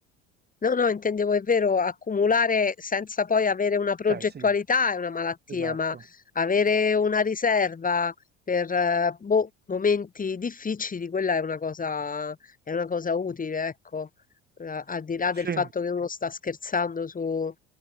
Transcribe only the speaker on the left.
No, no, intendevo, è vero, accumulare senza poi avere una progettualità
è una malattia,
ma avere una riserva per eh, boh, momenti difficili, quella è una cosa, è una cosa utile, ecco. Eh, al di là
del fatto che uno sta scherzando su-